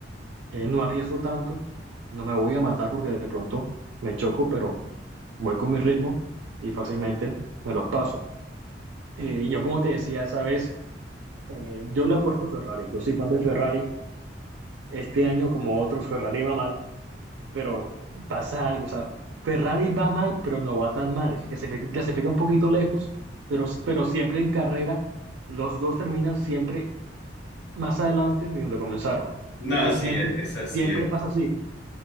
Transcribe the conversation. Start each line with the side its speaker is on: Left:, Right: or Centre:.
Right: eh, no arriesgo tanto, no me voy a matar porque de pronto me choco, pero voy con mi ritmo y fácilmente me los paso. Eh, y yo, como te decía esa vez, eh, yo le apuesto a Ferrari, yo soy fan de Ferrari. Este año, como otros, Ferrari va mal pero pasa algo, o sea, Ferrari va mal, pero no va tan mal, clasifica, clasifica un poquito lejos, pero, pero siempre en carrera, los dos terminan siempre más adelante de donde comenzaron. O
Left: No,
Right: sea,
Left: sí,
Right: siempre,
Left: es, eso
Right: siempre
Left: sí es.
Right: pasa así.